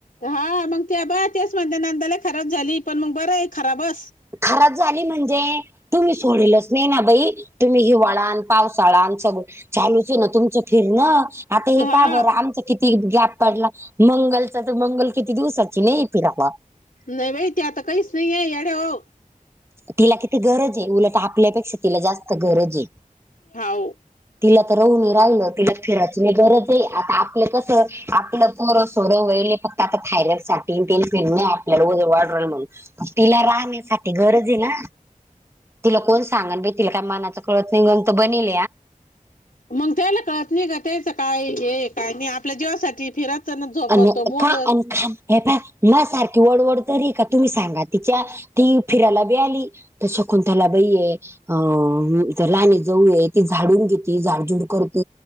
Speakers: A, on the left; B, on the right.
A: हा मग ते ब तेच म्हणज नांदायला खराब झाली पण मग बरं खराबस
B: खराब झाली म्हणजे तुम्. सोडलच नाही ना बाई तुम्ही हिवाळ आणि पावसाळा स चालूच आहे ना तुमच? फिर न आता हे
A: हा.
B: पा बरं आमचं किती? किती गॅप पडला मंगलचा तर मंगल किती दिवसाची नाही फिरावा.
A: नाही माहिती आता काहीच नाहीय याड हो.
B: तिला किती गरज आहे उलट आपल्यापेक्षा तिला जास्त गरज आहे.
A: होाव.
B: तिला तर राहून राहिलं तिला फिरायची गरज आहे आता आपलं कस आपलं. ं सोरं वे फक्त आता थायरॉइड सा तेल फिड नाही आपल्याला वाढल म्हणून तिला राहण्यासाठी गरज आहे ना तिला कोण सांगल बाई तिला काय मनात तोत निगंतु बनलि
A: मग त्याला कळत नाही का त्याचं काय हे काय नाही आपल्या जीवासाठी फिरत. त्यांना झोपतो
B: अन
A: मोडत.
B: का अन खा हे पा म सारखी वडवड तरी आहे का तुम्ही सांगा तिच्या ती फिरायला बी आली. त्या शकुंंतला बाईे. अ राने जवळ ती झाडून घेते झाडजुड करत.